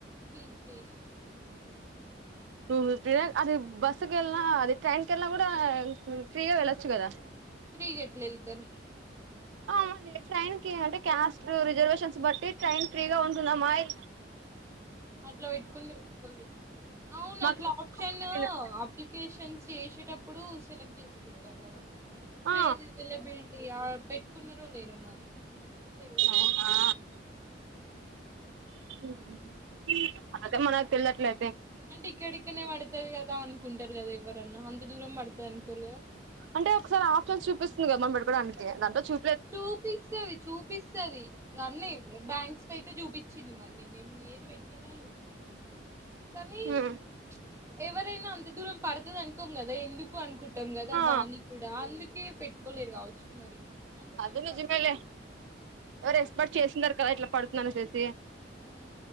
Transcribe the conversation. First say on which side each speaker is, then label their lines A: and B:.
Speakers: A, on the right; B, on the right.
A: ఫీజ్ వేస్ట్
B: వేస్టే అది బస్సుకెళ్ళినా అదె ట్రైన్ కెళ్ళినా కూడా ఫ్రీగా వెళ్ళొచ్చు కదా
A: ఫ్రీగ ఎట్లెల్తరు
B: ఆ మరి ట్రైన్ కి అంటే క్యాస్ట్ రిజర్వేషన్స్ బట్టి ట్రైన్ ఫ్రీగా ఉంటుందమ్మాయ్
A: అట్లా పెట్టుకుండో పెట్టుకోలేడో అవును
B: మాకు
A: అట్లా ఆప్షన్ అప్లికేషన్ చేసేటప్పుడు సెలెక్ట్ చేసుకుంటారు కదా ట్రైన్
B: ఆ
A: అవైలబిల్ టీ ఆ పెట్టుకున్నరో లేరో మరి తెల్వదు
B: అవునా <inaudible> అయితే మనక్ పిల్లట్లై
A: అంటె ఇక్కడికనే వడతయ్ గ దా అనుకుంటరు కదా ఎవరన్నా అంత దూరం పడతదనుకోరుగద
B: అంటే ఒకసారి ఆప్షన్స్ చూపిస్తుంది కద మనం పెడుకోడానికి దాంతో చూ
A: చూపిస్తది చూపిస్తది అన్నీ బ్యాంక్స్ కయితే చూపిస్ వచ్చింది మరి నే ఏది పెట్టినా కనీ
B: మ్మ్
A: ఎవ్ ఎవరైనా అంత దూరం పడుతది అనుకోం కదా ఎందుకు అనుకుం కుంటం
B: ఆ
A: దాని కూడా అందు కే పెట్టుకోలేరు కావచ్చు మరి అంత
B: అది
A: దూరం
B: నిజమేలే
A: పడుతుంది
B: ఎవరు ఎస్పాట్ చేసిండరు కదా ఇట్లా పడుతుందనే చెస్
A: ఉ